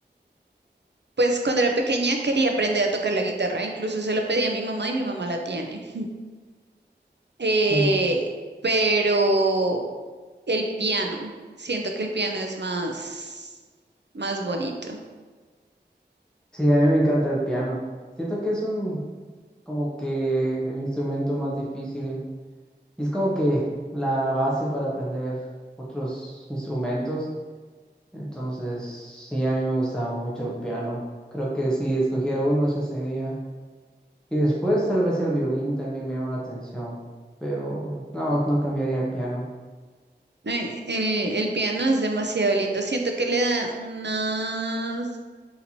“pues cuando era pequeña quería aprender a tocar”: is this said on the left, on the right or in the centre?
Right